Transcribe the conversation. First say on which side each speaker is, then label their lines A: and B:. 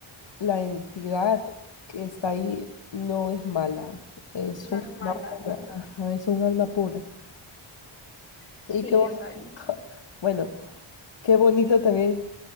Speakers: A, on the left; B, on the left.
A: la entidad que está ahí no es mala, es un
B: No
A: alma
B: malas
A: pura.
B: exacto.
A: Ajá, es un alma pura.
B: Sí,
A: Y qué bonito.
B: o sea,
A: <laughs> Bueno, Qué bonito también